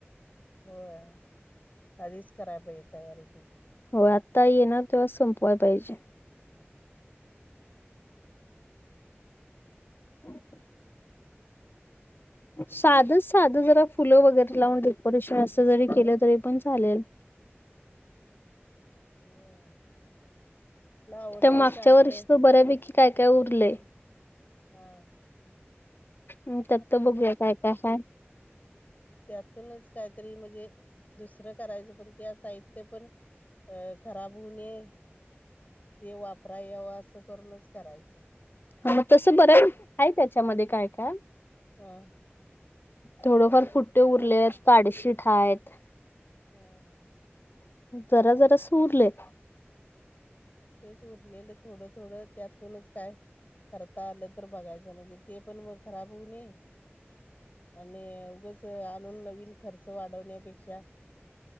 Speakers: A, on the left; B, on the left.
A: होय, आधीच कराय पाहिजे तयारी तीची.
B: होय आत्ता येणार तेव्हाच संपवाय पाहिजे.
A: तेच की.
B: <inaudible> साधं साधं जरा फुलं वगैरे लावून डेकोरेशन असं जरी केलं, तरी पण चालेल.
A: होय. कुठलं आवडतंय
B: त्या मागच्या
A: चांगले
B: वर्षीचं बऱ्यापैकी काय काय उरलंय.
A: हां.
B: म त्यात त बघूया काय काय हाय.
A: त्यातूनच काहीतरी म्हणजे दुसरं करायचं पण त्या साहित्य पण अ खराब होवू नये. ते वापराय यावं, असं करूनच करायचं.
B: मग तसं बऱ्यापैकी हाय त्याच्यामध्ये काय काय.
A: हां.
B: थोडंफार पुट्टे उरलेत, पाडशीट हायत ‌.
A: हां.
B: जरा जरासं उरलंय.
A: तेच उरलेलं थोडं थोडं त्यातूनच काय खता आलं तर बघायचं, म्हणजे ते पण मग खराब होऊ नये. आणि उगच आणून नवीन खर्च वाढवण्यापेक्षा